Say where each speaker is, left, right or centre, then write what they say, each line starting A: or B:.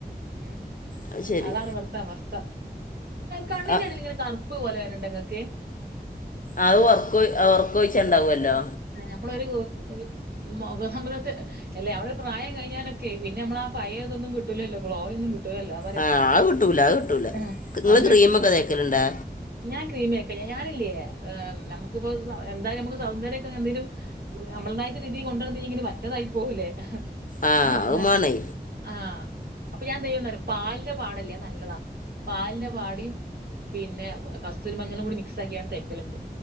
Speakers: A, on the right; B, on the left.
A: ഉം
B: അത് ശരി
A: അതാണ് ഇവിടുത്തെ അവസ്ഥ കണ്ണിന്റെറെ
B: ആ
A: ഇടൽ ഇങ്ങനെ കറുപ് പോലെ വരണ്ടെങ്ങൾക്ക്
B: അത് ഉറക്ക ഉറക്കൊഴിച്ച ഉണ്ടാവല്ലോ
A: അഹ് നമ്മളൊരു ഒരു മുഖസമരത്തെ അല്ല നമ്മളടെ പ്രായം കഴിഞ്ഞാനൊക്കെ പിന്നെ നമ്മള ആ പയതൊന്നും കിട്ടില്ലല്ലോ ഗ്ലോയൊും കിട്ടു <unintelligible> പറയാ
B: ആ അത് കിട്ടൂല അത് കിട്ടൂല
A: <unintelligible>
B: നിങ്ങൾ
A: കിട്ടൂല
B: ക്രീമൊക്കെ തേക്കലുണ്ടാ
A: ഞാൻ ക്രമിയക്ക ഞാനില്ലേ ഏർ നമുക്കിപ്പോ എന്തായാലും നമുക്ക് സൗന്ദര്യൊക്കെ എന്തെങ്കിലും നമ്മളതായിട്ട് രീതി കൊണ്ടരന്ന്ങ്കന് വറ്റതായി പോകലേ
B: ആ
A: നമ്മളെ
B: അത് മാണേ
A: ആഹ് അപ്പൊ ഞാൻ ത്യന്ന പാലിന്റെ പാടല്ലേ നല്ലതാ പാലിന്റെ പാടി പിന്നെ കസ്തൂരിമഞ്ഞെളാം കൂടി മിക്സ് ആക്കിയ തേക്കലുണ്ട്